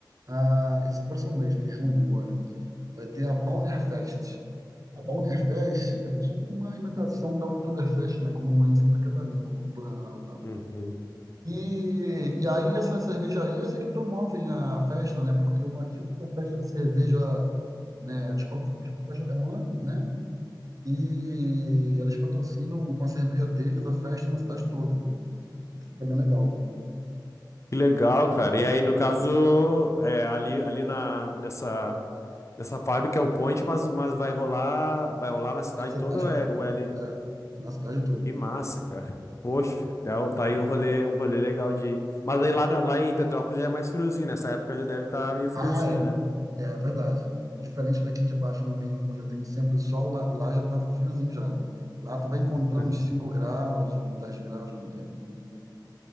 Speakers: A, on the right; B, on the left.
A: ah, esse próximo mês, né, junho agora, vai ter a Bauernfest. A Bauernfest é tipo uma imitação da Oktoberfest, né, como em Santa Catarina, como em Blumenau e tal.
B: Uhum.
A: E, e aí essas cervejarias é que promovem a festa, né? Porque uma típica festa de cerveja, né? Tipo a, tipo a festa alemã, né? E eles patrocinam com a cerveja deles a festa na cidade toda. Então fica bem legal.
B: Que legal, cara. E aí, no caso, é, ali, ali na, nessa, nessa fábrica é o Point, mas, mas vai rolar, vai rolar na cidade
A: Na cidade
B: toda ou é
A: toda.
B: o L?
A: É, na cidade toda.
B: Que massa, cara. Poxa, então tá aí um rolê, um rolê legal de. Mas aí lá, no- lá em Petrópolis já é mais friozinho, nessa época já deve estar meio friozinho,
A: Ah, é.
B: né?
A: É é verdade. Diferente daqui de baixo no Rio, onde eu tenho sempre o sol, lá, lá já tava friozinho já. Lá tu vai encontrar
B: <laughs>
A: uns 5 graus, uns 10 graus, não, de repente.